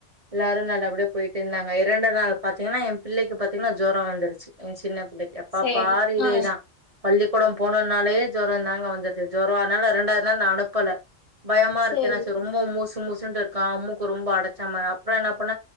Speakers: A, on the right; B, on the left.
A: எல்லாரும் நல்லப்படியா போயிட்டு இருந்தாங்க இரண்டு நாள் பாத்தீங்கன்னா என் பிள்ளைக்கு பாத்தீங்கன்னா ஜோரோ வந்துருச்சு என் சின்ன <unintelligible> எப்ப
B: சேரி
A: பாரு இதே
B: ஆ
A: தா பள்ளி கூடோ போனோன்னாலே ஜோரோந்தாங்க வந்துது ஜோரோ அதனால ரெண்டாத் லா நா அனுப்புல பயமா இருக்கு
B: சேரி
A: னா சு ரொம்போ மூசு மூசு <unintelligible> மூக்கு ரொம்ப அடச்சாம அப்ற என்ன பண்ண